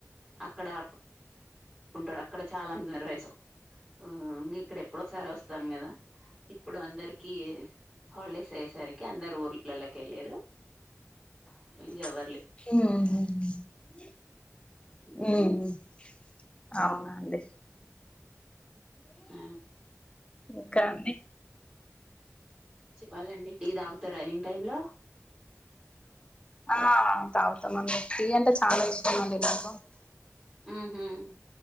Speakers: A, on the right (about 20°); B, on the left (about 20°).
A: అక్కడార్ ఉంటాడక్కడ చాలా <unintelligible> ఇక్కడ ఎప్పుడోసారి వస్తాం కదా ఇప్పుడు అందరి కియె హాలిడేసయ్యేసరికి అందరు ఊర్ల లల్లకెళ్ళేరు ఇ ఎవర్
B: <unintelligible>
A: హ్మ్.
B: అవునండి
A: ఆ
B: ఇంకా అండి
A: చెప్పాలండి టీ తాగుతారా ఈవినింగ్ టైమ్ లో
B: ఆ తాగుతామండి టీ అంటే చాలా ఇష్టం అండి నాకు
A: హ్మ్ మ్మ్